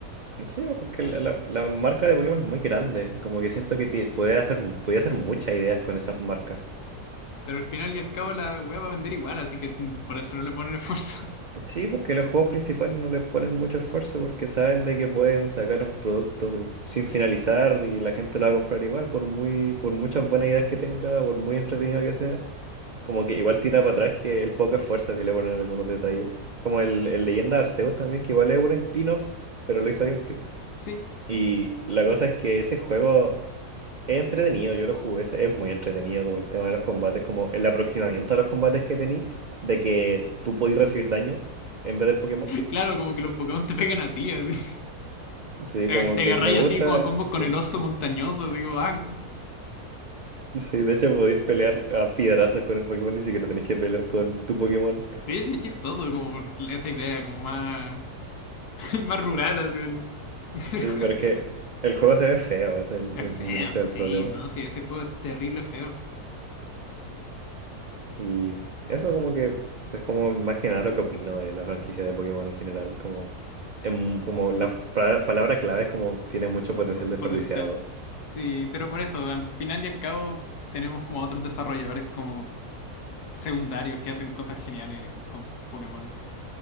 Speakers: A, on the right; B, on the left.
A: Sí, pues, porque la, la- la marca de Pokémon es muy grande y como que siento que ti- puede hacer, puede hacer muchas ideas con esas marcas.
B: Pero al final y al cabo la wea va a vender igual, así que mm, por eso no le ponen esfuerzo. <laughs>
A: Sí, porque los juegos principales no les ponen mucho esfuerzo porque saben de que pueden sacar un producto sin finalizar y la gente lo va a comprar igual, por muy, por muchas buenas ideas que tenga, por muy entretenido que sea, como que igual tira para atrás que el poco esfuerzo que le ponen en algunos detalles. Como el, el Leyenda de Arceus también, que igual es un spin-off, pero lo hizo bien Free.
B: Sí,
A: Y la cosa es que ese juego es entretenido, yo lo jugué, ese es muy entretenido, como el tema de los combates, como el aproximamiento a los combates que tení, de que tú podías recibir daño en vez del Pokémon.
B: claro, como que los Pokémon te pegan a ti, así.
A: Sí,
B: Te,
A: como
B: te
A: que
B: agarráis
A: me gusta.
B: así como a combos
A: Sí.
B: con el oso montañoso, digo, ah,
A: Sí, de hecho podéis pelear a piedrazos con el Pokémon, ni siquiera tenéis que pelear con tu Pokémon.
B: sí, sí, es chistoso, como por esa idea, como más, <laughs> más rural, así del <laughs>
A: Sí,
B: del juego.
A: pero es que el juego se ve feo, ese es el, mi-
B: Es feo,
A: mi principal
B: sí,
A: problema.
B: no, sí, ese juego es terrible feo.
A: Y eso como que es como más que nada lo que opino de la franquicia de Pokémon en general. Como, em- como la pra- palabra clave es como tiene mucho potencial
B: Pu-
A: desperdiciado.
B: Puede ser. Sí, pero por eso, al final y al cabo, tenemos como otros desarrolladores como secundarios que hacen cosas geniales con Pokémon.